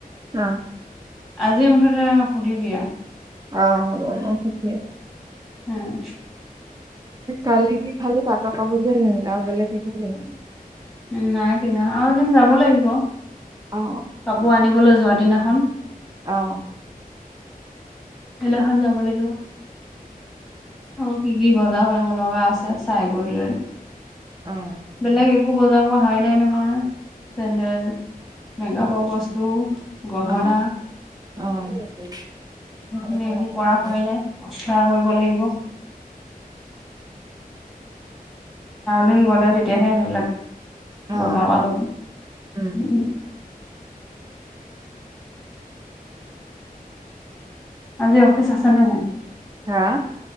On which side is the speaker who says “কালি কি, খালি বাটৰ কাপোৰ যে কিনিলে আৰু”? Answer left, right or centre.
Right